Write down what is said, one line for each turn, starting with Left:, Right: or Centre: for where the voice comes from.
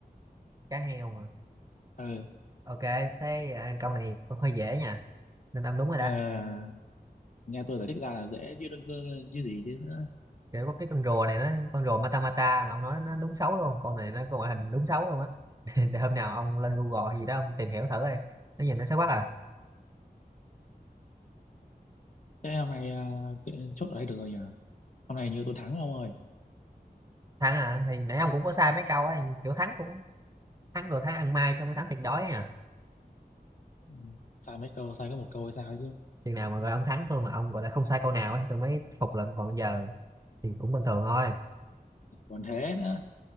Right: cá heo mà
Left: ừ
Right: ok thế à, câu này cũng hơi dễ nha nên ông đúng rồi
Left: ờ,
Right: đó
Left: nghe tôi giải thích ra là dễ chứ đừng cơ- chứ gì chứ nữa
Right: kiểu có cái con rùa này nó con rùa mata mata mà ông nói nó đúng xấu luôn con này nó có ngoại hình đúng xấu luôn á <laughs> để hôm nào ông lên Google hay gì đó ông tìm hiểu thử đi nó nhìn nó xấu quá à
Left: thế hôm nay à, cái- chốt ở đây được rồi nhỉ hôm nay như tôi thắng ông ơi
Right: thắng à thì nãy ông cũng có sai mấy câu á kiểu thắng cũng thắng rồi thắng ăn mai trong cái thắng thiệt đói ấy à
Left: Ừ, sai mấy câu sai có một câu hay sao chứ
Right: chừng nào mà gọi là ông thắng thôi mà ông gọi là không sai câu nào ấy tôi mới phục lận còn giờ thì cũng bình thường thôi
Left: còn thế nữa